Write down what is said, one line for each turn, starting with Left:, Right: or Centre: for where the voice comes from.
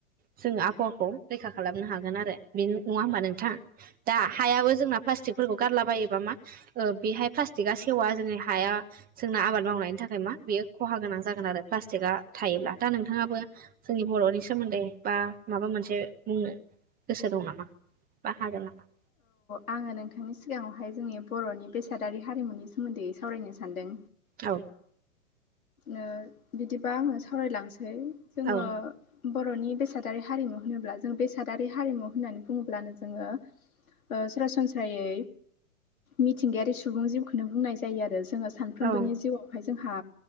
Right: जोङो आबहावाखौ रैखा खालामनो हागोन आरो। बे नङा होमबा नोंथाङा दा हायाबो जोंना प्लास प्लास्टिकफोरखौ गारलाबायोबा मा ओ बेहाय प्लास्टिकआ सेवा जोंनि हाया जोंना आबाद मावनायनि थाखाय मा बेयो खहा गोनां जागोन आरो प्लास्टिकआ थायोब्ला दा नोंथाङाबो जोंनि बर'नि सोमोन्दै बा माबा मोनसे बुंनो गोसो दं नामा बा हागोन नामा?
Left: आङो नोंथांनि सिगाङावहाय जोंनि बर'नि बेसादारि हारिमुनि सोमोन्दै सावरायनो सानदों।
Right: औ
Left: ओ बिदिबा आङो सावरायलांसै जोङो
Right: औ
Left: बर'नि बेसादारि हारिमु होनोब्ला जों बेसादारि हारिमु होननानै बुङोब्लानो जोङो ओ ओ सरासनस्रायै मिथिंगायारि सुबुं जिउखौनो बुंनाय जायो आरो। जोङो सानफ्रोमबोनि
Right: औ
Left: जिउआवहाय जोंहा